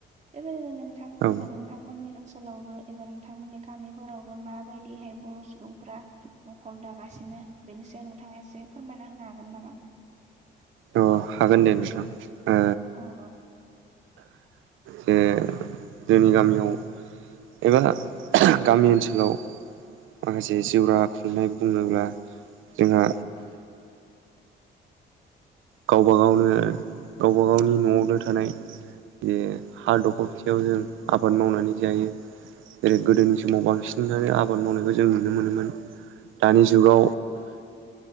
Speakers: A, on the right; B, on the right.
A: बेबायदिनो नोंथां
B: औ
A: हमबा नोंथांमोननि ओनसोलावबो एबा नोंथांमोननि गामिफोरावबो माबायदिहाय ब र' सुबुंफोरा नखर दागासिनो बेनि सायाव नोंथाङा एसे फोरमायना होनो हागोन नामा
B: अ हागोन दे नोंथां ओ
A: औ-औ
B: जे जोंनि गामियाव एबा गामि ओनसोलाव माखासे
A: औ
B: जिउराहा खुंनाय बुङोब्ला जोंहा गावबा गावनो गावबा गावनि न'आवनो थानाय जे हा दखर सेयाव जों आबाद मावनानै जायो जेरै गोदोनि समाव बांसिनानो आबाद मावनायखौ जों नुनो मोनोमोन दानि जुगाव
A: <inaudible>